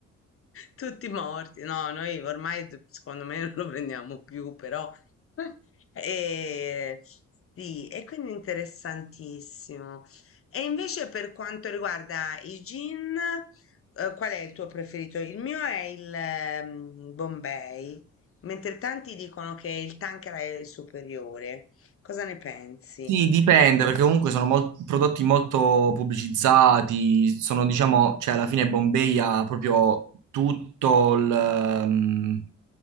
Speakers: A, on the left; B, on the right.
A: Tutti morti, no, noi ormai secondo me <laughs> non lo prendiamo più, però <laughs> e, sì, e quindi interessantissimo. E invece per quanto riguarda i gin, eh, qual è il tuo preferito? Il mio è il ehm, Bombay, mentre tanti dicono che il Tanqueray è il superiore. Cosa ne pensi?
B: Sì, dipende, perché comunque sono mol- prodotti molto pubblicizzati, sono, diciamo, cioè alla fine Bombay ha proprio tutto il... ehm,